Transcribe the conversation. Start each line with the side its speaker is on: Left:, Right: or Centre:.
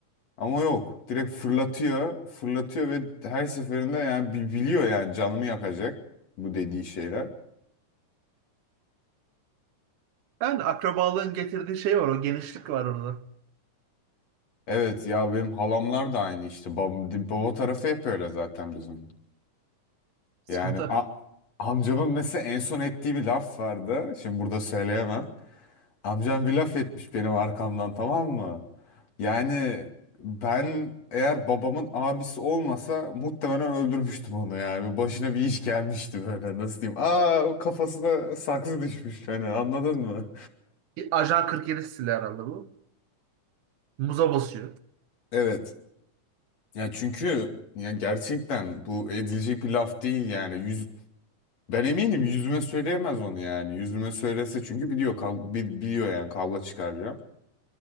Left: Ama yok. Direkt fırlatıyor. Fırlatıyor ve her seferinde yani bi- biliyor yani canımı yakacak bu dediği şeyler.
Right: Yani akrabalığın getirdiği şey var. O genişlik var orada.
Left: Evet ya benim halamlar da aynı işte. Bab di- baba tarafı hep öyle zaten bizim.
Right: Sıkıntı.
Left: Yani a- amcamın mesela en son ettiği bir laf vardı. Şimdi burada söyleyemem. Amcam bir laf etmiş benim arkamdan tamam mı? Yani ben eğer babamın abisi olmasa muhtemelen öldürmüştüm onu yani. Başına bir iş gelmişti böyle nasıl diyeyim. Aa o kafasına saksı düşmüş hani anladın mı?
Right: Bir Ajan 47 stili herhalde bu. Muza basıyor.
Left: Evet. Ya çünkü ya gerçekten bu edilecek bir laf değil yani. Yüz, ben eminim yüzüme söyleyemez onu yani. Yüzüme söylese çünkü biliyor kav- bi- biliyor yani kavga çıkaracağım.